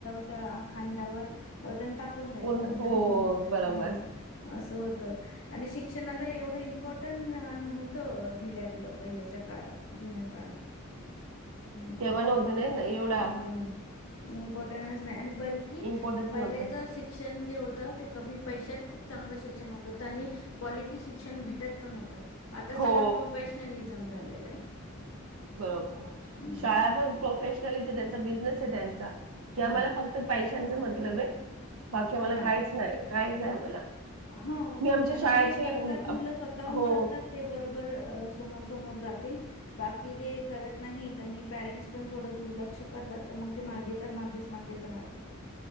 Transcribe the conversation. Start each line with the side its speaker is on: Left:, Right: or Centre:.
Left: च्या खांद्यावर वजन टाकून द्यायचं
Right: पूर्ण हो, बरोबर.
Left: हं अस होत आणि शिक्षणाला एवढं इम्पॉर्टन्ट नव्हतं दिल्या गेलं पहिल्याच्या काळात जुन्या काळात
Right: <inaudible>
Left: हम्
Right: नव्हतं नाही ना एवढा
Left: हम्म इम्पॉर्टन्स नाही आणि बिल की
Right: इम्पॉर्टन्स
Left: पहिल्याचं
Right: नव्हता
Left: शिक्षण जे होतं ते कमी पैशात खूप चांगलं शिक होत होतं आणि कॉलिटी शिक्षण भेटत पण होतं आता
Right: हो
Left: सगळं प्रोफश नाही लई जाम झालेलं आहे
Right: बरोबर
Left: हम्म
Right: शाळा पण प्रोफेशनलीचं आहे त्यांचा बिझनेस आहे त्यांचा किंवा
Left: हा
Right: मला फक्त पैशांचा मतलब आहे बाकी आम्हाला
Left: हा
Right: काहीच नाही काहीच नाही आम्हाला
Left: हो
Right: मी आमच्या
Left: आणि
Right: शाळेची
Left: जे करतात
Right: अम, अप-
Left: मुलं स्वतःहून
Right: हो
Left: करतात ते बरोबर समोर समोर जातील बाकी जे करत नाहीत आणि परेंट्स पण थोडं दुर्लक्ष करतात तर मग ते मागे तर मागेच मागेच राहतात